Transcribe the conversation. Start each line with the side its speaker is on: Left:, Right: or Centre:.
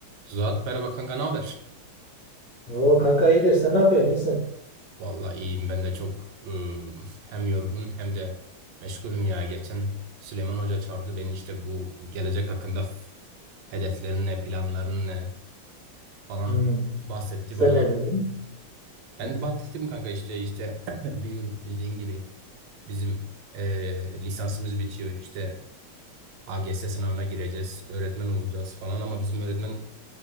Right: Zuhat merhaba kanka ne haber?
Left: O kanka iyidir. Sen ne yapıyorsun? İyisin.
Right: Vallahi iyiyim ben de çok ıı, hem yorgun hem de meşgulüm ya. Geçen Süleyman Hoca çağırdı beni işte bu gelecek hakkında f- hedeflerin ne, planların ne falan
Left: Hmm.
Right: bahsetti
Left: Sen
Right: bana.
Left: ne dedin?
Right: Ben
Left: Hmm.
Right: de bahsettim kanka işte işte <clears throat> bir yıl bildiğin gibi bizim eee, lisansımız bitiyor. İşte AGS sınavına gireceğiz, öğretmen olacağız falan ama bizim öğretmen